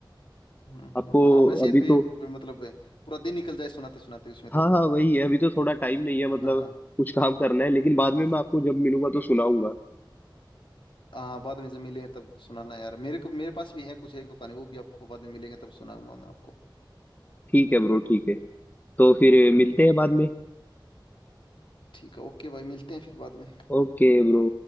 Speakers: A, on the left; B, on the left.
A: हम्म
B: आपको
A: हम्म, हाँ वैसे
B: अभी
A: भी
B: तो
A: मतलब पूरा दिन निकल जाए सुनाते सुनाते उसमें तो
B: हाँ हाँ वही है अभी तो थोड़ा टाइम नहीं है मतलब
A: हाँ हाँ
B: कुछ काम करना है लेकिन
A: हाँ
B: बाद में मैं आपको जब मिलूंगा तो सुनाऊंगा
A: हाँ, बाद में जब मिले तब सुनाना यार मेरे को मेरे पास भी है कुछ एक दुकानें वो भी आपको बाद में मिलेंगे तब सुनाऊंगा मैं आपको
B: ठीक है ब्रो ठीक है तो फिर
A: हम्म
B: मिलते हैं बाद में
A: ठीक है ओके भाई मिलते हैं फिर बाद में
B: Okay bro